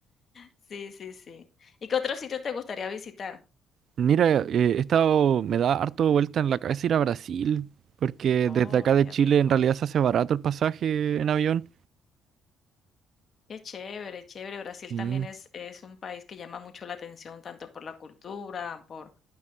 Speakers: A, on the left (about 45°); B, on the right (about 60°).
A: sí, sí, sí. ¿Y qué otro sitio te gustaría visitar?
B: Mira, eh, he estado, me da harto vuelta en la cabeza ir a Brasil, porque
A: Oh,
B: desde acá de
A: qué
B: Chile
A: rico.
B: en realidad se hace barato el pasaje en avión.
A: Qué chévere, chévere. Brasil
B: Y
A: también es, es un país que llama mucho la atención, tanto por la cultura, por